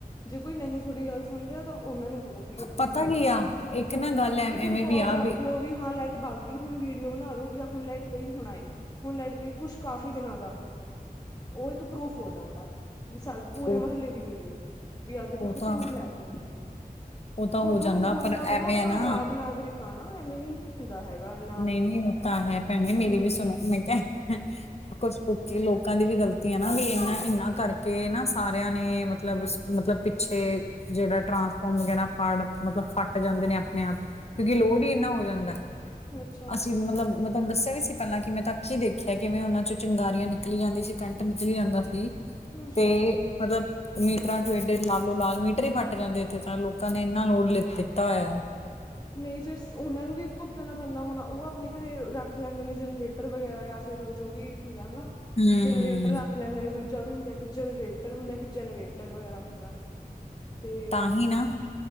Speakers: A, on the left; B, on the left.
A: ਜੇ ਕੋਈ ਨਹੀਂ ਥੋਡੀ ਗਾੱਲ ਸੁਨ ਰੇਆ ਤਾਂ ਓਨਾਂ ਨੂੰ ਕਹੋ ਪੀ ਐਸ ਪੀ
B: ਪਤਾ
A: ਸੀ ਆਲੇ,
B: ਕੀ ਆ ਇੱਕ ਨਾ ਗੱਲ ਐ
A: ਇੱਕ
B: ਐਵੇਂ
A: ਰਿਕੋਡ
B: ਵੀ ਆ
A: ਰਾੱਖ ਲੋ। ਵੀ ਹਾਂ ਲੈਟ ਬਾਗੀ ਹੁਨ ਵੀਡੀਓ ਬਨਾਲੋ ਵੀ ਹੁਨ ਲੈਟ ਗਈ ਹੁਨ ਆਈ। ਹੁਨ ਲੈਟ ਗਈ ਕੁਛ ਕਾਫੀ ਦਿਨਾਂ ਦਾ, ਓ ਇੱਕ ਪਰੂਫ ਹੋ ਜਾਂਦਾ, ਵੀ ਸਾ ਪੂਰੇ
B: ਉਹ
A: ਮਹੱਲੇ ਦੀ ਵੀਡੀਓ, ਵੀ ਆ ਦੇਖੋ
B: ਉਹ
A: ਕਿਤੇ
B: ਤਾਂ
A: ਬਲੈਟ ਨੀ।
B: ਉਹ ਤਾਂ
A: ਥੋਨੂੰ
B: ਹੋ ਜਾਂਦਾ
A: ਬੋਲਨਾ
B: ਪਰ
A: ਪਊ
B: ਐਵੇਂ
A: ਆਪਾਂ
B: ਆ ਨਾ
A: ਆਜ਼ਾਦ ਨਾਗਰਿਕ ਆ ਨਾ ਐਵੇਂ ਨੀ ਹੁੰਦਾ ਹੈਗਾ ਇੰਨਾ
B: ਨਈ-ਨਈ ਓ ਤਾ ਹੈ ਪੈਣੇ ਮੇਰੀ
A: ਹੂੰ
B: ਵੀ ਸੁਣੋ ਮੈਂ ਕੇਆ ਕੁੱਛ ਲੁਚੇ ਲੋਕ ਲੋਕਾਂ ਦੀ ਵੀ ਗ਼ਲਤੀ ਏ ਨਾ ਬਈ ਏਨਾ-ਏਨਾ ਕਰਕੇ ਨਾ ਸਾਰੇਆਂ ਨੇ ਮਤਲਬ, ਮਤਲਬ ਪਿੱਛੇ ਜੇੜਾ ਟਰਾਂਸਫੋਮ ਵਗੈਰਾ ਫੜ ਮਤਲਬ ਫਟ ਜਾਂਦੇ ਨੇ ਆਪਨੇ ਆਪ ਕਯੋਂਕਿ ਲੋੜ ਈ ਏਨਾ ਹੋ ਜਾਂਦਾ।
A: ਅੱਛਾ
B: ਅਸੀ ਮਤਲਬ ਮੈਂ ਤੋਆਨੂੰ ਦੱਸੇਆ ਵੀ ਸੀ। ਪੈਂਲਾਂ ਕਿ ਮੈਂ ਤਾਂ ਅੱਚੀ ਦੇਖਿਆ ਕਿਵੇਂ ਓਨਾਂ ਚੋ ਚਿੰਗਾਰੀਆਂ ਨਿਕਲੀ ਯਾਂਦੀ ਸੀ, ਕੰਟ ਨਿਕਲੀ ਯਾਂਦਾ ਸੀ।
A: ਅੱਛਾ
B: ਤੇ ਮਤਲਬ ਮੀਟਰਾਂ ਚ ਏਡੇ ਲਾਲੋ ਲਾਲ ਮੀਟਰ ਈ ਫਾੱਟ ਜਾਂਦੇ ਇੱਥੇ ਤਾਂ ਲੋਕਾਂ ਨੇ ਇੰਨਾ ਲੋੜ ਲ ਦਿੱਤਾ ਹੋਏਆ।
A: ਨਈ ਫੇਰ ਓਨਾਂ ਨੂੰ ਵੀ ਭੁਗਤਨਾ ਪੈਂਦਾ ਹੋਣਾ ਓ ਆਪਣੇ ਘਰੇ ਰਾ ਰੱਖ ਲੈਂਦੇ ਨੇ ਜਨਰੇਟਰ ਵਗੈਰਾ ਯਾਂ, ਫੇਰ ਜੋ ਵੀ ਹੁੰਦਾ ਹਨਾ
B: ਹੂੰ
A: ਜਨਰੇਟਰ ਰਾੱਖ ਰੱਖ ਲੈਂਦੇ ਨੇ ਦੂਜਾ ਵੀ ਹੁੰਦਾ ਇੱਕ ਜਨਰੇਟਰ ਹੁੰਦਾ, ਇੱਕ ਜਨਰੇਟਰ ਵਗੈਰਾ ਹੁੰਦਾ। ਤੇ,
B: ਤਾਂ ਹੀ ਨਾ